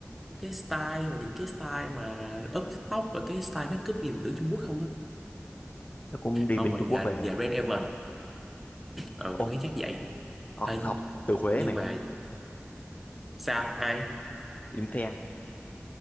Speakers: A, in the centre; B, on the left (about 35°).
A: cái style mà nhìn cái style mà up TikTok và cái style makeup nhìn tưởng Trung Quốc không á
B: nó cũng đi
A: không
B: bên
A: mà
B: Trung
A: nhà
B: Quốc về
A: nhà Renevan ờ
B: ô
A: tao nghĩ chắc vậy
B: học
A: à,
B: học từ Huế
A: nhưng
B: mày
A: mà sao ai
B: Liêm Phen